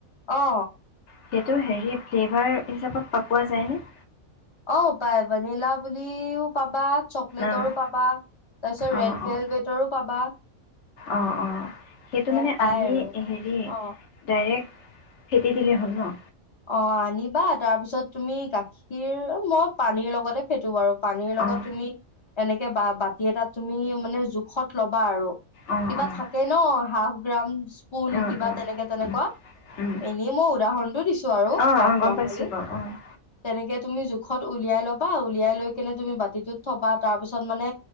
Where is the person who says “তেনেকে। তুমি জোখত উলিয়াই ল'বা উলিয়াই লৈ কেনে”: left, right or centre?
Left